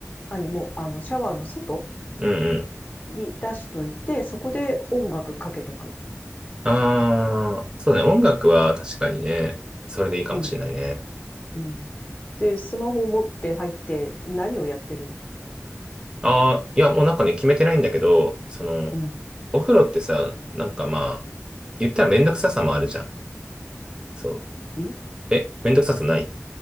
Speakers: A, on the left; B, on the right.
A: 何もう、あの、シャワーの外
B: う。うんうん。
A: に出しといて、そこで音楽かけとく。
B: ああ、そうね。音楽は確かにね、それでいいかもしれないね。
A: うん。うん。で、スマホを持って入って何をやってるん
B: ああ、いや、もうなんかね、決めてないんだけど、その、
A: うん。
B: お風呂ってさ、なんかまあ、言ったらめんどくささもあるじゃん。そ
A: い
B: う。え、めんどくささない